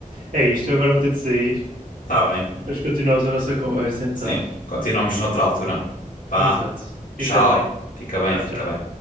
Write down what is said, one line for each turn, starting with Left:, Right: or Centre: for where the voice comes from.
Right: é isto. Eu agora vou ter de sair,
Left: Tá bem.
Right: depois continuamos a nossa conversa então.
Left: Sim, continuamos noutra altura. Vá,
Right: Exato,
Left: tchau,
Right: fica bem.
Left: fica bem,
Right: Tchau,
Left: fica
Right: tchau.
Left: bem.